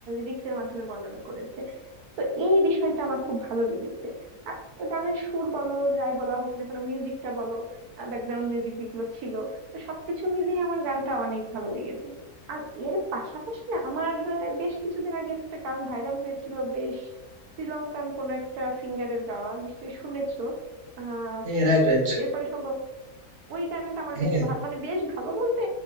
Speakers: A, on the right (about 75°); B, on the right (about 45°).
A: রিক্সের মাধ্যমে বর্ণনা করেছে তো এই বিষয়টা আমার খুব ভালো লেগেছে আর গানের সুর বলো যাই বলা হোক না কেন মিউজিকটা বলো ব্যাকগ্রাউন্ড মিউজিক যেগুলো ছিল তো সবকিছু মিলিয়ে আমার গানটা অনেক ভালো লেগেছে আর এর পাশাপাশি না আমার আহ, বেশ কিছুদিন আগে একটা গান ভাইরাল হয়েছিল বেশ শ্রীলঙ্কান কোন একটা সিঙ্গারের গাওয়া নিশ্চয়ই শুনেছো আহ
B: হ্যাঁ রাইট রাইট
A: এরপরে সম্ভব ওই গানটা আমার
B: হ্যাঁ
A: বেশ ভা- মানে বেশ ভালো বলতে